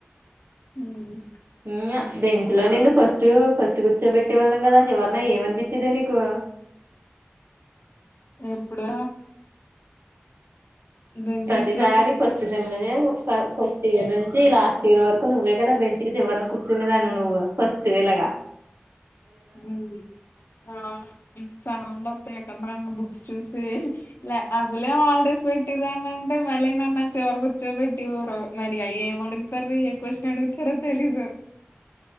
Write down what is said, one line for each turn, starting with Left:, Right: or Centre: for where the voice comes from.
Left: మ్మ్
Right: మ్మ్ అ బెంచ్ లో నిన్ను ఫస్ట్ ఫస్ట్ కూర్చోబెట్టేవాళ్ళం కదా ఆ చివర్న ఏమనిపిచ్చేదే నీకు
Left: ఎప్పుడు? బెంచెస్
Right: ప్రతిసారి
Left: లో
Right: ఫస్ట్ సెమ్ లో ఫ ఫస్ట్ ఇయర్ నుంచి లాస్ట్ ఇయర్ వరకు నువ్వే కదా బెంచ్ కి చివరిన కూర్చునే దానివి నువ్వు ఫస్ట్ వెళగా
Left: మ్మ్ ఆ అవును మ్మ్ <unintelligible> తే కొందరేమో బుక్స్ చూసి లే అసలే హాలిడేస్ పెట్టె దాని అంటే మళ్ళీ నన్ను ఆ చివర కుర్చో పెట్టివారు మరి ఏం అడుగుతారు ఏ క్వశ్చన్ అడుగుతారో తెలీదు